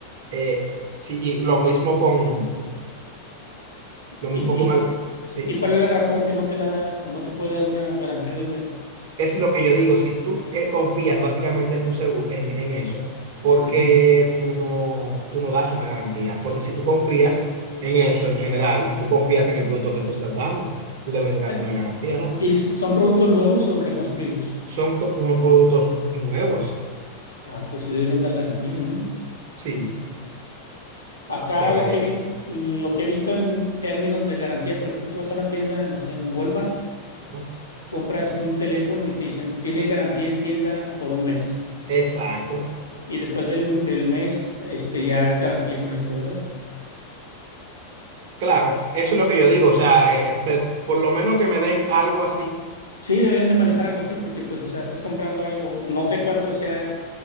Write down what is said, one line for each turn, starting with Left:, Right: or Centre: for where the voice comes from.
Right: Eh, sí, y lo mismo con,
Left: ¿Y,
Right: lo mismo
Left: y,
Right: con, al- sí,
Left: y cuál es la razón que no te la da o no te puede dar una garantía de un mes?
Right: es lo que yo digo. Si tú eh, confías básicamente en tu seguro, en, en eso, porque
Left: Ujú.
Right: tú no, tú no das una garantía? Porque si tú confías en eso en general, tú confías en el producto que tú estás dando. Tú debes de darme
Left: Eh,
Right: una garantía, ¿no?
Left: ¿Y s- son productos nuevos o reconstruidos?
Right: Son, co- son productos nuevos.
Left: Ah, pues sí deberían dar garantía, ¿no?
Right: Sí,
Left: Acá
Right: deberían.
Left: lo que he visto, lo que he visto en términos de garantía, por ejemplo, tú vas a una tienda, no sé, en Walmart,
Right: ¿no?
Left: compras un teléfono y te dicen, tiene garantía en tienda por un mes.
Right: Exacto.
Left: Y después del, del mes, este, ya es garantía con el proveedor.
Right: Claro, eso es lo que yo digo. O sea, eh, eh, se- por lo menos que me den algo así.
Left: Sí, deberían de manejar algo así porque, pues, o sea, estás comprando algo, no sé cuánto sea,